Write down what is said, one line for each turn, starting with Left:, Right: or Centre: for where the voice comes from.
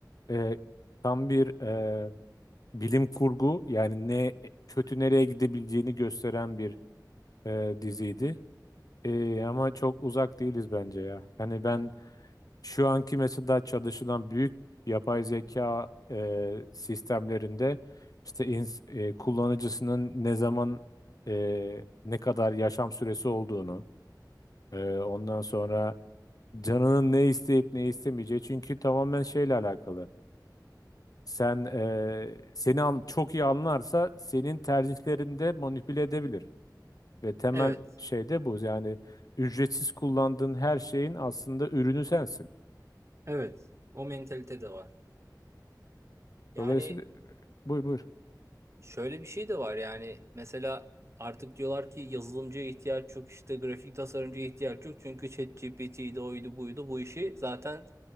Left: e, tam bir e, bilim kurgu yani ne kötü nereye gidebileceğini gösteren bir e, diziydi. E, ama çok uzak değiliz bence ya. Hani ben Şu anki mesela çalışılan büyük yapay zeka e, sistemlerinde işte ins- e, kullanıcısının ne zaman e, ne kadar yaşam süresi olduğunu, e, ondan sonra canının ne isteyip ne istemeyeceği çünkü tamamen şeyle alakalı. Sen e, seni an- çok iyi anlarsa senin tercihlerinde manipüle edebilir ve temel
Right: Evet,
Left: şey de bu. Yani ücretsiz kullandığın her şeyin aslında ürünü sensin.
Right: evet. O mentalite de var. Yani
Left: Dolayısıyla buyur buyur.
Right: şöyle bir şey de var yani mesela artık diyorlar ki yazılımcıya ihtiyaç yok işte grafik tasarımcıya ihtiyaç yok çünkü ChatGPT'ydi oydu buydu bu işi zaten